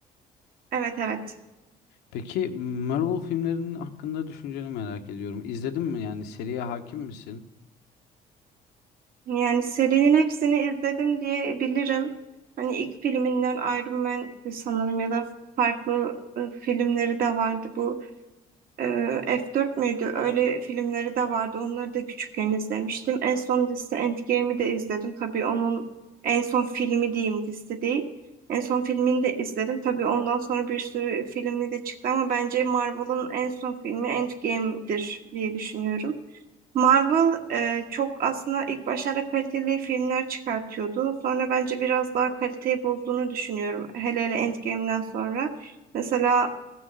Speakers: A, on the right (about 60°); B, on the left (about 80°).
A: Evet evet.
B: Peki Marvel filmlerinin hakkında düşünceni merak ediyorum. İzledin mi yani seriye hakim misin?
A: Yani serinin hepsini izledim diye bilirim. Hani ilk filminden Iron Man sanırım ya da farklı e, filmleri de vardı. Bu Ee, F4 müydü? Öyle filmleri de vardı. Onları da küçükken izlemiştim. En son dizisi Endgame'i de izledim. Tabii onun en son filmi diyeyim dizisi değil. En son filmini de izledim. Tabii ondan sonra bir sürü filmi de çıktı ama bence Marvel'ın en son filmi Endgame'dir diye düşünüyorum. Marvel e, çok aslında ilk başlarda kaliteli filmler çıkartıyordu. Sonra bence biraz daha kaliteyi bozduğunu düşünüyorum. Hele hele Endgame'den sonra. Mesela